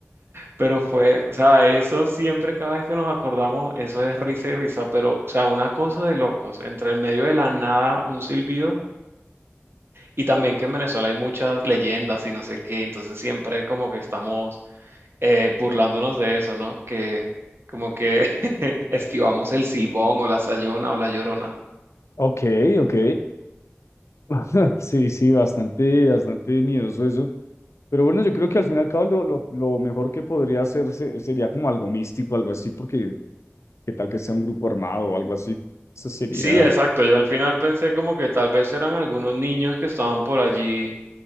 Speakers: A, on the right (about 55°); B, on the left (about 80°).
A: Pero fue, o sea, eso siempre, cada vez que nos acordamos, eso es risa y risa, pero, o sea, una cosa de locos, entre el medio de la nada, un silbido, y también que en Venezuela hay muchas leyendas y no sé qué, entonces siempre como que estamos eh, burlándonos de eso, ¿no? Que como que <laughs> esquivamos el silbón o la sayona o la llorona.
B: Ok, ok. <laughs> Sí, sí, bastante, bastante miedoso eso. Pero bueno, yo creo que al fin y al cabo lo, lo, lo mejor que podría hacer se- sería como algo místico, algo así, porque ¿Qué tal que sea un grupo armado o algo así? Eso sería...
A: Sí, exacto, yo al final pensé como que tal vez eran algunos niños que estaban por allí